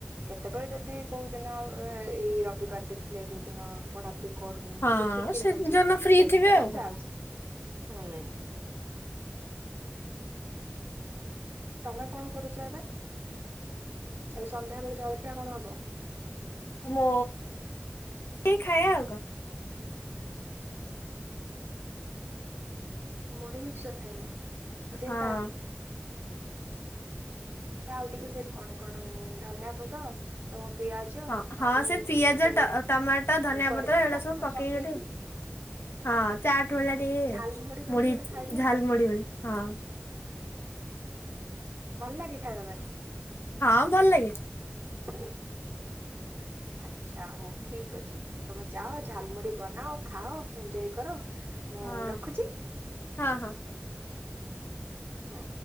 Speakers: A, on the right; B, on the left.
A: କେତେବେଳେ ଯଦି କୋଉ ଦିନ ଏ ଏଇ ରବିବାର ଦେଖିଲେ ଯୋଉ ଦିନ ପଢ଼ାପଢ଼ି କରୁନି
B: ହଁ
A: ଟିକେ ଛୁଟି
B: ସେଦିନ
A: ନଉଚି
B: ଯୋଉଦିନ ଫ୍ରି
A: ସେଇ
B: ଥିବେ
A: ଦିନ
B: ଆଉ କଣ
A: ଯାଉଚି। ହୁଁ। ତମେ କଣ କରୁଚ ଏବେ? ଏବେ ସନ୍ଧ୍ୟାବେେଳେ ଜଳଖିଆ କଣ ହବ?
B: ମୋ ଏଇ ଖାଇବା ଆଉ କଁ।
A: ମୁଢ଼ି ମିକ୍ସଚର୍ ଖାଇବ ଯେ
B: ହଁ।
A: ତା ଏ ଆଉ ଟିକେ ସେଖି କଣ କଣ ଧନିଆ ପତ ତ ପିଆଜ
B: ହଁ ହଁ
A: ଆଉ
B: ସେ ପିଆଜ
A: ସେ
B: ଟ ଟମାଟୋ ଧନିଆ
A: ସୋରିଷ
B: ପତ୍ର ଏଗୁଡା
A: ତେଲ ସେ ସବୁ ପକେଇକି
B: ଗୋଟେ ହଁ ଚାଟ୍ ଭଳିଆ ଟିକେ
A: ଝାଲମୁଢି କରିକି
B: ମୁଢ଼ି
A: ଗୋଟେ ଖାଇଦିଅ
B: ଝାଲ୍
A: ଆଉ
B: ମୁଢ଼ି ବୋଲେ ହଁ।
A: ଭଲ ଲାଗେ ଖାଇବା ପାଇଁ?
B: ହଁ ଭଲ ଲାଗେ।
A: <unintelligible> ଆଚ୍ଛା ହଉ ଠିକ୍ ଅଛି ତମେ ଯାଅ ଝାଲ୍ ମୁଢ଼ି ବନାଅ ଖାଅ ଏଞ୍ଜୟ କର। ମୁଁ
B: ହଁ
A: ରଖୁଚି।
B: ହଁ ହଁ।
A: ହଁ।